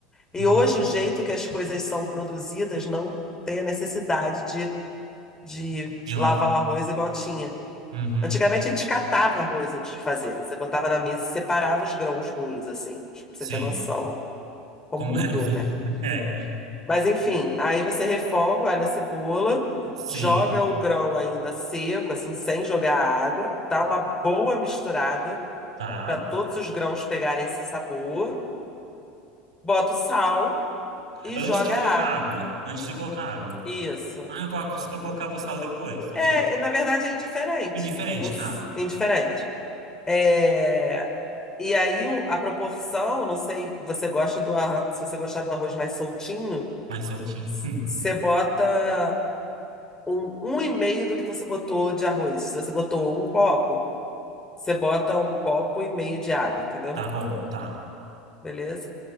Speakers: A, on the left (about 20°); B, on the right (about 85°).
A: E
B: hum,
A: hoje o jeito que as coisas são produzidas não tem a necessidade de de
B: de lavar.
A: lavar o arroz igual tinha.
B: Uhum.
A: Antigamente a gente catava arroz antes de fazer. Você botava na mesa e separava os grãos ruins, assim. Tipo, pra
B: Sim.
A: você ter noção como
B: Como
A: mudou,
B: era feito?
A: né?
B: <laughs> É.
A: Mas enfim, aí você refoga, olha a cebola,
B: Sim,
A: joga o grão ainda seco, assim, sem jogar água, dá uma boa misturada
B: tá.
A: para todos os grãos pegarem esse sabor, bota o sal e
B: Antes
A: joga
B: de colocar
A: a água.
B: água. Antes de colocar água.
A: Isso.
B: Ah, eu, coloco, eu colocava o sal depois. Aquele.
A: É, na verdade é indiferente.
B: Indiferente,
A: O s-
B: tá.
A: indiferente. É, E aí o- a proporção, não sei, você gosta do arroz, se você gostar do arroz mais soltinho,
B: Mais soltinho.
A: s-
B: <laughs>
A: você bota um, um e meio do que você botou de arroz. Se você botou um copo, você bota um copo e meio de água, entendeu?
B: Tá bom, tá.
A: Beleza?